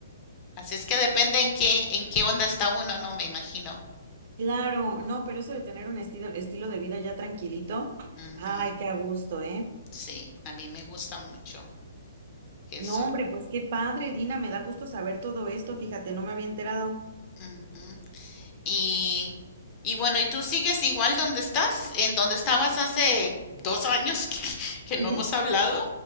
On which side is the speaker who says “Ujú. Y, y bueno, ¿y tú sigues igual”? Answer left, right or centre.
Left